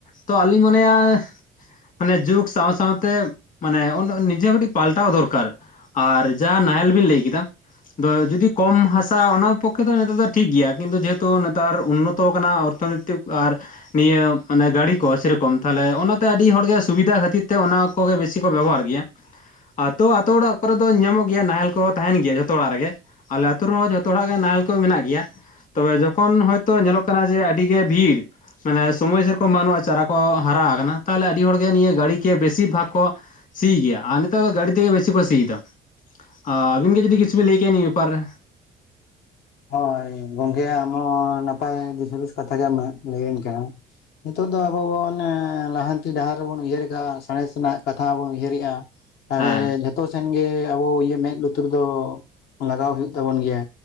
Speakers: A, on the left; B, on the left.
A: ᱛᱚ ᱟᱞᱤᱧ ᱢᱚᱱᱮᱭᱟ ᱢᱟᱱᱮ ᱡᱩᱜᱽ ᱥᱟᱶ ᱥᱟᱶᱛᱮ ᱢᱟᱱᱮ ᱚᱱᱮ ᱱᱤᱡᱮ ᱦᱚᱸ ᱠᱟᱹᱴᱤᱡ ᱯᱟᱞᱴᱟᱣ ᱫᱚᱨᱠᱟᱨ᱾ ᱟᱨ ᱡᱟ ᱱᱟᱦᱮᱞ ᱵᱤᱱ ᱞᱟᱹᱭ ᱠᱮᱫᱟ᱾ ᱫᱚ ᱡᱩᱫᱤ ᱠᱚᱢ ᱦᱟᱥᱟ ᱚᱱᱟ ᱯᱚᱠᱠᱷᱮ ᱫᱚ ᱱᱮᱛᱟᱨ ᱫᱚ ᱴᱷᱤᱠ ᱜᱮᱭᱟ ᱠᱤᱱᱛᱩ ᱡᱮᱦᱮᱛᱩ ᱱᱮᱛᱟᱨ ᱩᱱᱱᱚᱛᱚᱣ ᱠᱟᱱᱟ ᱚᱨᱛᱷᱚᱱᱤ ᱛᱤᱠ‌ ᱟᱨ ᱱᱤᱭᱟᱹ ᱢᱟᱱᱮ ᱜᱟᱲᱤ ᱠᱚ ᱥᱮ ᱨᱚᱠᱚᱢ ᱛᱟᱦᱞᱮ ᱚᱱᱟᱛᱮ ᱟᱹᱰᱤ ᱦᱚᱲᱜᱮ ᱥᱩᱵᱤᱫᱟ ᱠᱷᱟᱹᱛᱤᱨ ᱛᱮ ᱚᱱᱟ ᱠᱚᱜᱮ ᱵᱮᱥᱤ ᱠᱚ ᱵᱮᱵᱚᱦᱟᱨ ᱜᱮᱭᱟ᱾ ᱟᱛᱳ ᱟᱛᱳ ᱚᱲᱟᱜ ᱠᱚᱨᱮ ᱫᱚ ᱧᱮᱧᱟᱢᱚᱜ ᱜᱮᱭᱟ ᱱᱟᱦᱮᱞ ᱠᱚᱦᱚ ᱛᱟᱦᱮᱱ ᱜᱮᱭᱟ ᱡᱷᱚᱛᱚ ᱚᱲᱟᱜ ᱨᱮᱜᱮ᱾ ᱟᱞᱮ ᱟᱹᱛᱩ ᱨᱮᱦᱚᱸ ᱡᱷᱚᱛᱚ ᱦᱚᱲᱟᱜ ᱜᱮ ᱱᱟᱦᱮᱞ ᱠᱚ ᱢᱮᱱᱟᱜ ᱜᱮᱭᱟ᱾ ᱛᱚᱵᱮ ᱡᱚᱠᱷᱚᱱ ᱦᱚᱭᱛᱚ ᱧᱮᱞᱚᱜ ᱠᱟᱱᱟ ᱡᱮ ᱟᱹᱰᱤ ᱜᱮ ᱵᱷᱤᱲ ᱢᱟᱱᱮ ᱥᱚᱢᱚᱭ ᱥᱮᱨᱚᱠᱚᱢ ᱵᱟᱹᱱᱩᱜᱼᱟ ᱪᱟᱨᱟ ᱠᱚ ᱦᱟᱨᱟ ᱟᱠᱟᱱᱟ ᱛᱟᱦᱞᱮ ᱟᱹᱰᱤ ᱦᱚᱲᱜᱮ ᱱᱤᱭᱟᱹ ᱜᱟᱹᱲᱤ ᱠᱮ ᱵᱤᱥᱤᱨ ᱵᱷᱟᱜᱽ ᱠᱚ ᱥᱤ ᱜᱮᱭᱟ ᱟᱨ ᱱᱤᱛᱚᱜ ᱫᱚ ᱜᱟᱹᱰᱤ ᱛᱤᱜᱤ ᱵᱤᱥᱤ ᱠᱚ ᱥᱤᱭᱫᱟ᱾ ᱟ ᱟᱹᱵᱤᱱ ᱜᱤ ᱡᱚᱫᱤ ᱠᱤᱪᱷᱩ ᱵᱤᱱ ᱞᱟᱹᱭ ᱠᱮᱭᱟ ᱱᱤᱭᱟᱹ ᱵᱮᱯᱟᱨ ᱨᱮ᱾
B: ᱦᱚᱭ ᱜᱚᱝᱠᱮ ᱟᱢᱦᱚᱸ ᱱᱟᱯᱟᱭ ᱫᱤᱥᱦᱩᱫᱤᱥ ᱠᱟᱛᱷᱟ ᱜᱮ ᱢᱮ ᱞᱟᱹᱭᱟᱹᱧ ᱠᱟᱱᱟ᱾ ᱱᱤᱛᱚᱜ ᱫᱚ ᱟᱵᱚ ᱵᱚᱱ ᱮᱸ ᱞᱟᱦᱟᱱᱛᱤ ᱰᱟᱦᱟᱨ ᱨᱮᱵᱚᱱ ᱩᱭᱦᱟᱹᱨ ᱠᱟᱜᱼᱟ ᱥᱟᱬᱮᱥ ᱨᱮᱱᱟᱜ ᱠᱟᱛᱷᱟ ᱵᱚᱱ ᱩᱭᱦᱟᱹᱨᱮᱜᱼᱟ᱾ ᱛᱟᱦᱞᱮ
A: ᱦᱮᱸ
B: ᱡᱷᱚᱛᱚ ᱥᱮᱱᱜᱮ ᱟᱵᱚ ᱤᱭᱟᱹ ᱢᱮᱸᱫ ᱞᱩᱛᱩᱨ ᱫᱚ ᱞᱟᱜᱟᱣ ᱦᱩᱭᱩᱜ ᱛᱟᱵᱚᱱ ᱜᱮᱭᱟ᱾